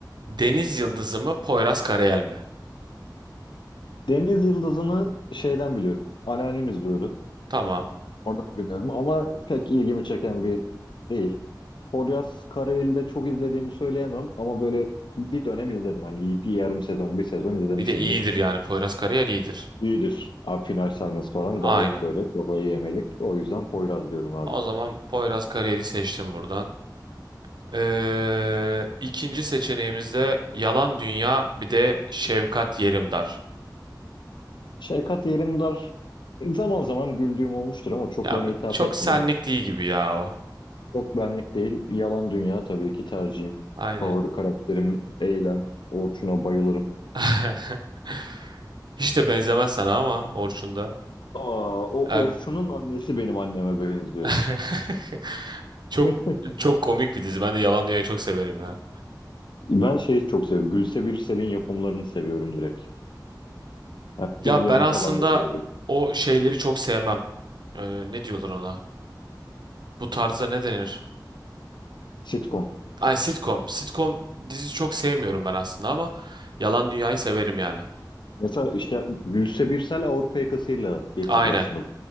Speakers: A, on the right; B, on the left.
A: Deniz Yıldızı mı Poyraz Karayel mi?
B: Deniz Yıldızı'nı şeyden biliyorum. Anneannem izliyordu.
A: Tamam.
B: Oradan biliyorum ama pek ilgimi çeken bir değil. Poyraz Karayel'i çok izlediğimi söyleyemem ama böyle bir dönem izledim. Hani bir yarım sezon, bir sezon izlemişimdir.
A: Bir de iyidir yani Poyraz Karayel iyidir.
B: İyidir. Abi final sahnesi falan gayet
A: Aynen.
B: böyle kafayı yemelik. O yüzden Poyraz diyorum abi.
A: O zaman Poyraz Karayel'i seçtim buradan. Ee, ikinci seçeneğimizde yalan dünya bir de Şevkat Yerimdar.
B: Şevkat Yerimdar zaman zaman güldüğüm olmuştur ama çok
A: Ya
B: bana hitap
A: çok
B: etmiyor.
A: senlik değil gibi ya o.
B: Yok benlik değil. Yalan Dünya tabii ki tercihim.
A: Aynen.
B: Favori karakterim Eylem. Orçun'a bayılırım.
A: <laughs> Hiç de benzemez sana ama Orçun da.
B: Aa, o
A: Ya-
B: Orçun'un annesi benim anneme benziyor.
A: <laughs> Çok
B: <laughs>
A: çok komik bir dizi. Ben de Yalan Dünya'yı çok severim ya.
B: Ben şeyi çok seviyorum. Gülse Birsel'in yapımlarını seviyorum direkt. Hani
A: Ya
B: filmlerini
A: ben aslında
B: falan da severim.
A: o şeyleri çok sevmem. Ee, ne diyorlar ona? Bu tarza ne denir?
B: Sitcom.
A: Ay sitcom. Sitcom dizi çok sevmiyorum ben aslında ama Yalan Dünya'yı severim yani.
B: Mesela işte Gülse Birsel Avrupa yakasıyla getirdi
A: Aynen.
B: aslında bu